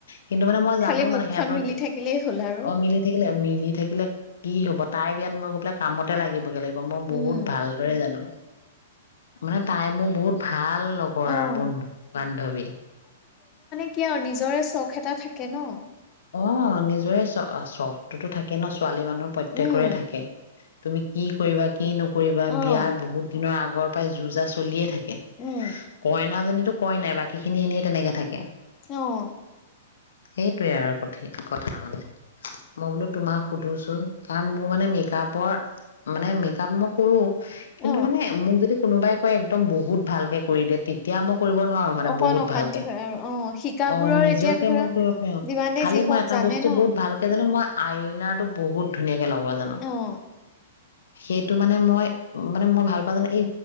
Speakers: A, on the left; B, on the left.
A: কিন্তু মানে মই জানো
B: খালি মুখখন
A: মানে সিহঁতৰ
B: মিলি থাকিলেই হ'ল আৰু
A: অ', মিলি থাকিলে মি থাকিলে কি হ'ব তাই বিয়াত মই গৈ পেলাই কামতে লাগিবগে লাগিব। মই বহুত
B: উম,
A: ভালদৰে জানো। মানে তাই মোৰ বহুত ভা ভাল লগৰ
B: অ'।
A: আৰু বন্ধু-বান্ধৱী।
B: কিয় আৰু নিজৰে চখ এটা থাকে ন'।
A: অ', নিজৰে চ চখটোতো থাকে ন' ছোৱালী মানুহ প্ৰত্যেকৰে
B: উম,
A: থাকে। তুমি কি কৰিবা কি নকৰিবা
B: অ',
A: বিয়াৰ বহুত দিনৰ আগত আগৰ পৰাই জু জা চলিয়ে থাকে।
B: উম,
A: কইনা জনি বাকী খিনি এনেই তেনেকে থাকে।
B: অহ।
A: সেইটোৱে আৰু। কথা মই বোলো তোমাক সুধোচোন কাৰণ মোৰ মানে মেকআপৰ মানে মেকআপ মই কৰোঁ। কিন্তু
B: অ'।
A: মানে মোক যদি কোনোবাই কয় একদম বহুত ভালকৈ কৰি দে তেতিয়া মোক কৰিব নোৱাৰো মানে
B: অকণ
A: বহুত
B: অশান্তি
A: ভালকে
B: হয় আৰু অ', শিকাবোৰৰ
A: অ নিজকে
B: এতিয়া ধৰা
A: মই কৰিব পাৰ।
B: যিমানেই
A: খালি
B: যি হওক
A: মই এটা
B: জানে
A: বস্তু
B: ন।
A: বহুত ভালকে জানো। মই আইনাটো বহুত ধুনীয়াকে। এ‍ নহব জানো।
B: অ',
A: সেইটো মানে মই মানে মই ভাল পালো। কি